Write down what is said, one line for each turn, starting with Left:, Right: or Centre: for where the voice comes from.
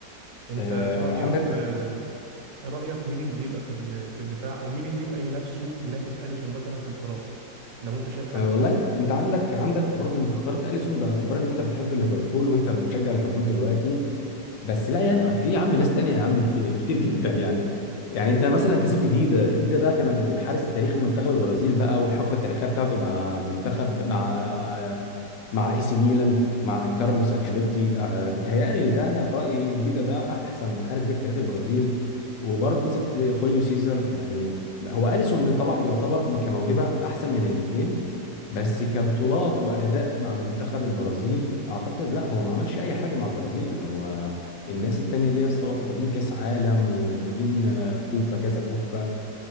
Right: انت
Left: آه،
Right: ايه رأيك
Left: عندك
Right: آه، ايه رأيك مين اللي يبقى في ال- في الدفاع او مين اللي يبقى ينافسه ينافس أليسون مثلا في الحراسة لو انت شايف حارس
Left: أه والله
Right: تاني
Left: انت عندك عندك برضه انت اخترت اليسون باعتبار ان انت بتحب ليفربول وانت بتشجع ليفربول دلوقتي بس لا يا في يا عم ناس تانية يا عم جد- كتير جدا يعني يعني انت مثلا انت سبت ديدا ديدا ده كان الحارس التاريخي لمنتخب البرازيل بقى والحقبه التاريخيه بتاعته مع منتخب مع آه، مع اي سي ميلان مع أن- كارلوس انشيلوتي آه، بيتهيألي ده انا في رايي ديدا ده احسن حارس جه في تاريخ البرازيل وبرضه سبت خوليو سيزر يعني هو اليسون طبعا يعتبر كموهبه احسن من الاثنين بس كبطولات واداء مع منتخب البرازيل اعتقد لا هو ما عملش اي حاجه مع البرازيل هو الناس التانية دي يا اسطى واخدين كاس عالم واخدين آه، كوبا كذا كوبا